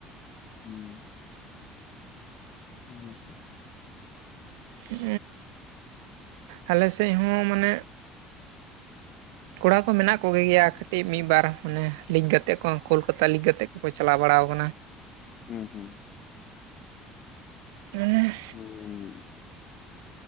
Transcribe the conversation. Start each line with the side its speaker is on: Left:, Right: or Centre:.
Left: ᱦᱩᱸ᱾ <unintelligible>
Right: ᱩᱻ ᱟᱞᱮ ᱥᱮᱫ ᱦᱚᱸ ᱢᱟᱱᱮ ᱠᱚᱲᱟ ᱠᱚ ᱢᱮᱱᱟᱜ ᱠᱚᱜᱮ ᱜᱮᱭᱟ ᱴᱤᱡ ᱢᱤᱫ ᱵᱟᱨ ᱢᱟᱱᱮ ᱞᱤᱠ ᱜᱟᱛᱮᱜ ᱠᱚ ᱠᱳᱞᱠᱟᱛᱟ ᱞᱤᱠ ᱜᱟᱛᱮᱜ ᱠᱚ ᱠᱚ ᱪᱟᱞᱟᱣ ᱵᱟᱲᱟ ᱠᱟᱱᱟ᱾
Left: ᱦᱩᱸ ᱦᱩᱸ᱾
Right: ᱢᱟᱱᱮ
Left: ᱦᱩᱻ